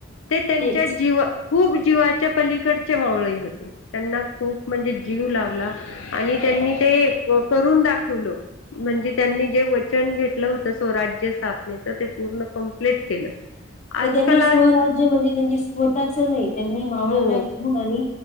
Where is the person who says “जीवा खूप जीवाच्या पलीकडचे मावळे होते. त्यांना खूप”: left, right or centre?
Left